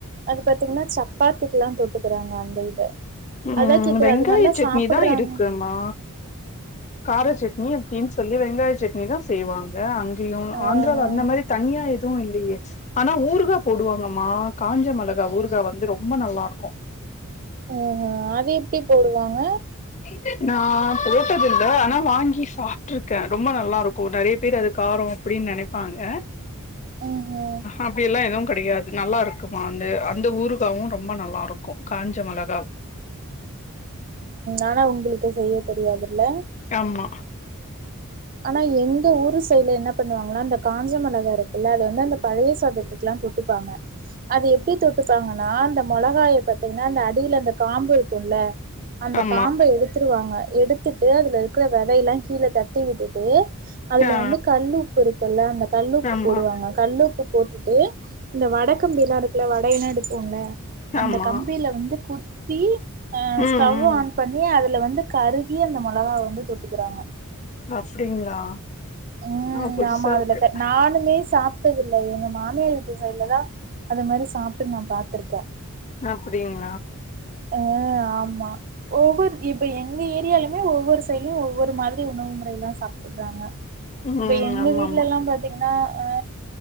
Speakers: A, on the right; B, on the left.
A: அது பாத்தீங்கனா சப்பாத்திக்கெலா தொட்டுக்கறாங்க அந்த இத
B: ம்
A: அதா கேக்குற
B: வெங்காய
A: அது நல்லா
B: சட்னி
A: சாப்புடுறாங்
B: தா இருக்குமா கார சட்னி அப்டின்னு சொல்லி வெங்காய சட்னி தா செய்வாங்க அங்கேயு ஆந்திரால
A: ஆஹா
B: அந்த மாரி தனியா எதுவு இல்லையே ஆனா ஊர்கா போடுவாங்கம்மா காஞ்ச மொளகா ஊருகா வந்து ரொம்ப நல்லா இருக்கு
A: ம் ம் அது எப்டி போடுவாங்க
B: இங்க நா போட்டது இல்ல ஆனா வாங்கி சாப்ட்ருக்கே ரொம்ப நல்லா இருக்கு நெறைய பேர் அது காரோ அப்டின்னு நெனைப்பாங்க
A: ம் ஹும்
B: அப்டி எல்லா எதுவு கெடையாது நல்லா இருக்கு இருக்குமா வந்து அந்த ஊறுகாவு ரொம்ப நல்லா இருக்கு காஞ்சமல
A: ஆனா உங்ளுக்கு செய்ய தெரியாதுல்ல
B: ஆமா
A: ஆனா எங்க ஊரு சைடுல என்ன பண்ணுவாங்களா அந்த காஞ்ச மொளகா இருக்குல்ல அது வந்து அந்த பழைய சாதத்துக்குலா தொட்டுப்பாங்க அது எப்டி தொட்டுப்பாங்கனா அந்த மிளகாய பாத்தீங்கனா அந்த அடில அந்த காம்பு இருக்கும்ல அந்த
B: ஆமா
A: காம்ப எடுத் துருவாங்க எடுத்துட்டு அதுல இருக்கற விதையெல்லா கீழ தட்டி விட்டுட்டு அதுல
B: ஆ
A: வந்து கல்லுப்பு இருக்குல்ல அந்த கல்லுப்பு
B: ஆமா
A: போடுவாங்க கல்லுப்பு போட்டுட்டு இந்த வட கம்பிலா இருக்குல வட எல்லா எடுப்போல அந்த
B: ஆமா
A: கம்பில வந்து குத்தி அ
B: ம்
A: ஸ்டவ்
B: ம்
A: ஆன் பண்ணி அத அதில வந்து கருகி அந்த மொளகா வந்து தொட்டுக்குறாங்க
B: அப்டிங்களா
A: ம்
B: ஆ புதுசா
A: ஆமா அதுல
B: இருக்கு
A: தா நானுமே சாப் டது இல்ல எங்க மாமியார் வீட்டு சைடுல தா அது மாரி சாப்ட்டு நா பாத்திருக்கே
B: அப்டிங்
A: அ ஆமா ஒவ்வொரு இப்ப எங்க ஏரியாலயுமே ஒவ்வொரு சைடுலயு ஒவ்வொரு மாரி உணவு முறைல்லா சாப்புடுறாங்க
B: ம்
A: இப்ப எங்க
B: ஆமா
A: வீட்லல்லா
B: ஆமா
A: பாத்தீங்கனா ஆ